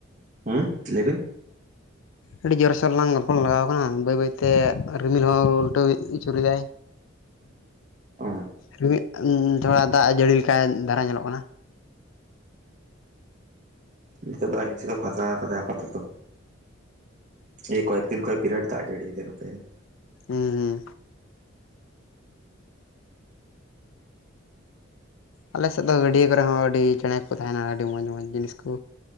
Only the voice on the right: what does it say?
ᱦᱩᱸ ᱞᱟᱹᱭ ᱵᱤᱱ?
ᱚ
ᱱᱤᱛᱚᱜ ᱫᱚ ᱟᱹᱞᱤᱧ ᱥᱮᱫ ᱫᱚᱭ ᱯᱷᱟᱠᱟ ᱟᱠᱟᱫᱟ ᱟᱯᱟ ᱛᱚᱛᱚ᱾ ᱮᱭ ᱠᱚᱭᱮᱠ ᱫᱤᱱ ᱠᱷᱚᱱ ᱵᱤᱨᱟᱴ ᱫᱟᱜ ᱡᱟᱹᱲᱤᱭ ᱫᱟᱭ ᱱᱚᱛᱮ ᱾